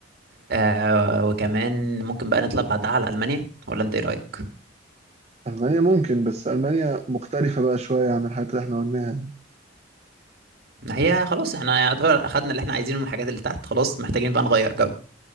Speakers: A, on the right; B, on the right.
A: آه وكمان ممكن بقى نطلع بعدها على المانيا ولا انت ايه رايك
B: المانيا ممكن بس المانيا مختلفة بقى شوية عن الحاجات اللي احنا قلناها
A: هي خلاص احنا يعتبر اخدنا اللي احنا عايزينه من الحاجات اللي تحت خلاص محتاجين بقى نغير جو